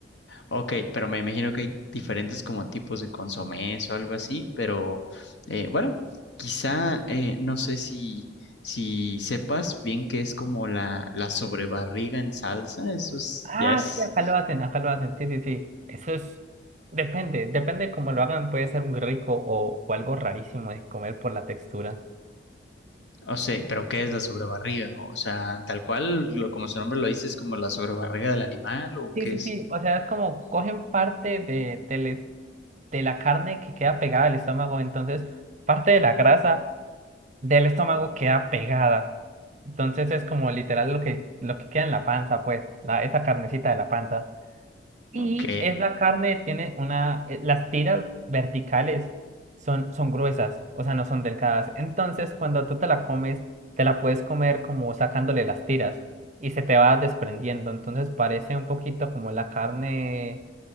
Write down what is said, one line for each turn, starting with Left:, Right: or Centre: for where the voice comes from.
Left: Ok, pero me imagino que hay diferentes como tipos de consomés o algo así, pero eh, bueno, quizá eh, no sé si, si sepas bien que es como la, la sobrebarriga en salsa, eso es,
Right: Ah,
Left: ya es,
Right: sí, acá lo hacen, acá lo hacen, sí, sí, sí. Eso es, depende, depende cómo lo hagan, puede ser muy rico o, o algo rarísimo de comer por la textura.
Left: o sea, pero ¿qué es la sobrebarriga? O sea, tal cual, lo, como su nombre lo dice, es como la sobrebarriga del animal o
Right: Sí,
Left: qué
Right: sí,
Left: es.
Right: sí, o sea, es como cogen parte de, del es- de la carne que queda pegada al estómago, entonces parte de la grasa del estómago queda pegada. Entonces es como literal lo que, lo que queda en la panza, pues, la, esa carnecita de la panza. Y
Left: Ok,
Right: es la carne, tiene una, eh, las tiras verticales son, son gruesas, o sea, no son delgadas. Entonces, cuando tú te la comes, te la puedes comer como sacándole las tiras y se te va desprendiendo. Entonces, parece un poquito como la carne